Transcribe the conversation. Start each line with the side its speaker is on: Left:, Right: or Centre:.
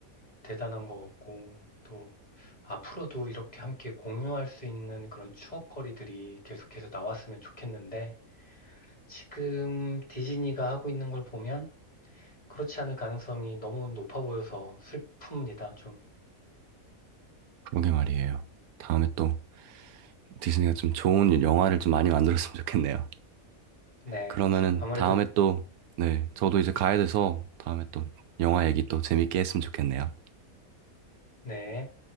Left: 대단한 것 같고 또 앞으로도 이렇게 함께 공유할 수 있는 그런 추억거리들이 계속해서 나왔으면 좋겠는데 지금 디즈니가 하고 있는 걸 보면 그렇지 않을 가능성이 너무 높아 보여서 슬픕니다, 좀.
Right: 그러게 말이에요. 다음에 또 디즈니가 좀 좋은 영화를 좀 많이 만들었으면 좋겠네요.
Left: 네.
Right: 그러면은
Left: 아무래도,
Right: 다음에 또, 네, 저도 이제 가야 돼서 다음에 또 영화 얘기 또 재밌게 했으면 좋겠네요.
Left: 네.